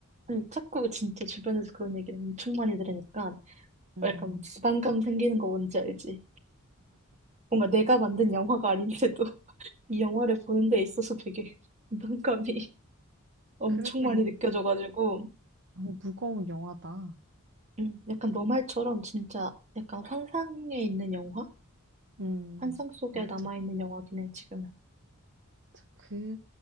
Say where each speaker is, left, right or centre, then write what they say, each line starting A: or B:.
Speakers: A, on the right; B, on the right.
A: 아니, 자꾸 진짜 주변에서 그런 얘기를 엄청 많이 들으니까
B: 음,
A: 약간 부담감 생기는 거 뭔지 알지? 뭔가 내가 만든 영화가 아닌데도 <laughs> 이 영화를 보는 데 있어서 되게 <laughs> 부담감이 <laughs> 엄청
B: 그렇게
A: 많이 느껴져가지고
B: 너무 무거운 영화다.
A: 음, 약간 너 말처럼 진짜 약간 환상에 있는 영화?
B: 음,
A: 환상 속에
B: 맞아.
A: 남아있는 영화긴 해, 지금은.
B: 그